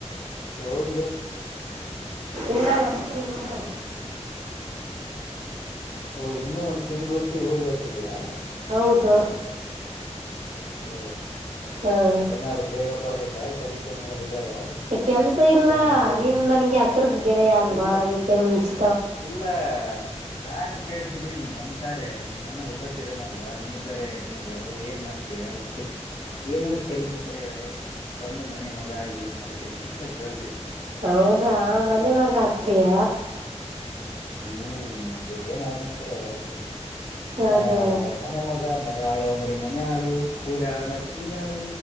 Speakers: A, on the left (about 50°); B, on the right (about 85°).
A: ಯಾವಾಗಿದೆ
B: ಇನ್ನ ಒಂದ್ ತಿಂಗ್ಳು
A: ಓ ಇನ್ನುೂ ಒಂದ್ ತಿಂಗಳದ್ದು ಇವಾಗ ಇರತ್ತಿದಯಾ
B: ಹೌದು
A: ಓ
B: ಹಾಂ
A: ಏನಾದಾರರು ಬೇಗ ಬರ್ಬೇಕಾ ಕೆಲ್ಸ ಏನಾದ್ರು ಇದಾವ
B: ಕೆಲ್ಸ
A: ಪಾಪ
B: ಇಲ್ಲ
A: ನಿಮ್ಮಣ್ಣ ಒಬ್ಬ
B: ನೀನ್ ನನ್ಗೆ ಹತ್ರದ ಗೆಳೆಯ ಅಲ್ವಾ
A: ಇಲ್ಲ
B: ಅದಕ್ಕೆ ಮುಂಚೆ
A: ಇಲ್ಲ ನಾನ್ ಕೇಳ್ತಿದ್ದೀನಿ ಮನ್ಸಾರೆ ನಿಮ್ಮನ್ನ ಒಬ್ಬ ಬ್ಬತ್ತಿದಾನಲ್ವಾ ನೀವ್ ಬೇರೆ ಹೆಣ್ಮಗಳು ಏನ್ ಮಾಡ್ತೀಯಾ ಅದಕ್ಕೆ ಏನಾರ ಕೆಲ್ಸ ಇದ್ರ ಹೇಳ ಬಂದ ಮನೆ ಮಗ ಆಗ ಮಾಡ್ತೀನಿ ಅಂತ ಹೇಳ
B: ಹೌದಾ ಮನೆ ಮಗ ಹಾಗ್ತೀಯ
A: ಹ್ಮ್ ಮತ್ತೆ ಏನಾಗಂತಾರೆ ಅದಾಗ್ತ ನೋಡ್ರಿ
B: ಹಾಂ
A: ಮನ್
B: ಹಾಂ
A: ಮಗ ಅಂದ್ರ ಮನೆ ಮಗ ಮನೆಆಳು ಅಂದ್ರೆ ಮನೆಾಳು ಕೂಲಿ ಆಳು ಅಂದ್ರೆ ಕೂಲಿ ಆಳು